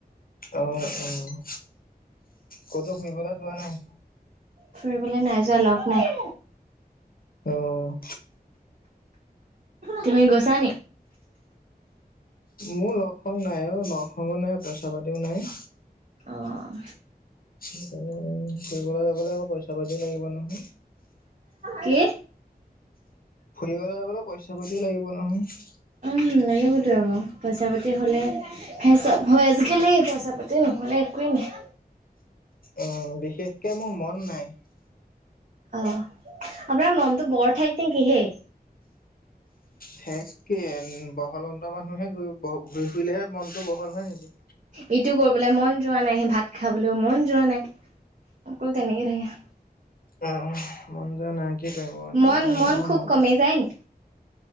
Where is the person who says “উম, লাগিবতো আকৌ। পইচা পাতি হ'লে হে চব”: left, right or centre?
Right